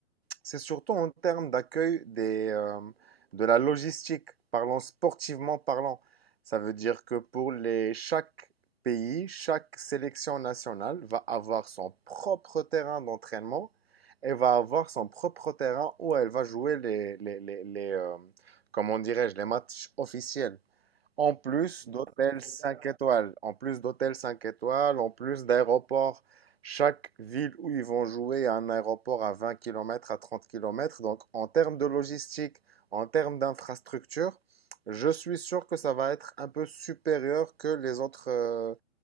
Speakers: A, on the right (about 45°); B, on the right (about 20°).
A: c'est surtout en termes d'accueil des, euh, de la logistique, parlant sportivement parlant. Ça veut dire que pour les, chaque pays, chaque sélection nationale va avoir son propre terrain d'entraînement et va avoir son propre terrain où elle va jouer les, les, les, les, euh, comment dirais-je, les matchs officiels. En plus
B: Mais
A: d'hôtels
B: c'est formidable.
A: 5 étoiles, en plus d'hôtels 5 étoiles, en plus d'aéroports. Chaque ville où ils vont jouer a un aéroport à 20 km, à 30 km. Donc, en termes de logistique, en termes d'infrastructure, je suis sûr que ça va être un peu supérieur que les autres, euh,